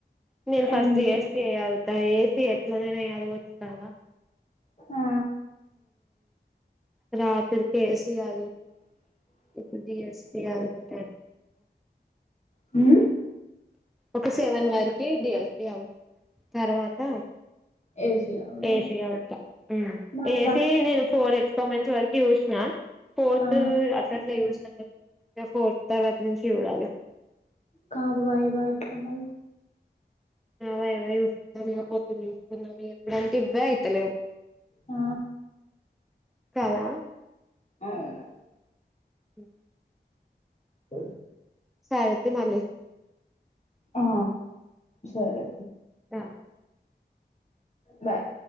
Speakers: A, in the centre; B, on the left (about 40°).
A: నేను ఫస్ట్
B: ఎన్
A: జిసీ అగుతా ఏసీ ఎట్ల నైనాయ అదు వచ్చు కద
B: ఆ
A: రాత్రక అ ఇప్పు డిఎస్ అ ఒక
B: హ
A: ఒక సెవెన్ వరకి డిఎస్పి అవుతాం తర్వాత
B: ఏసి అవుదాం
A: ఏసి అత
B: మళ్ళీ
A: ఏసి
B: వై
A: నేను ఫోర్ హెచ్ ఫస్ వర్కి జన్నా ఫోర్త్
B: ఆ
A: అ జ ఇకా ఫోర్త్ తర్వాత్ నుంచి చూడాలి
B: కాదు వైవా ఎట్లా మళ్ళీ
A: అవా ఏమ చూసుకుందాం ఇలా పొద్దున్న చూసుకుందాం ఎప్పుడంటే ఇవ్వే అవుతలేవు
B: ఆ
A: కాల
B: అవును
A: అ
B: అ
A: సారతే మాల
B: ఆ సరే
A: ఆ
B: బాయ్